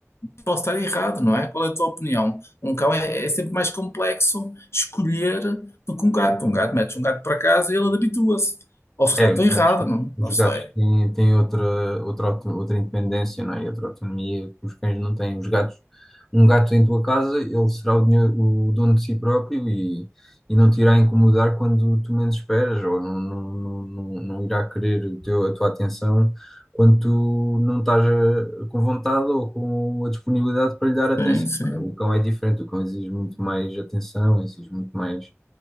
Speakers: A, on the left; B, in the centre.
A: Posso estar errado, não é? Qual é a tua opinião? Um cão é, é sempre mais complexo escolher do que um gato. Um gato, metes um gato para casa e ele habitua-se. Ou se
B: É,
A: calhar
B: os
A: estou errado,
B: gatos,
A: não,
B: os
A: não sei.
B: gatos têm, têm outra, outra, auto- outra independência, não é? E Outra autonomia que os cães não têm. Os gatos, um gato em tua casa, ele será o, dinhe- o dono de si próprio e, e não te irá incomodar quando tu menos esperas, ou não, não, não, não, não irá querer o teu, a tua atenção quando tu não estás a- com vontade ou com a disponibilidade para lhe dar atenção.
A: Sim, sim.
B: não é? O cão é diferente, o cão exige muito mais atenção, exige muito mais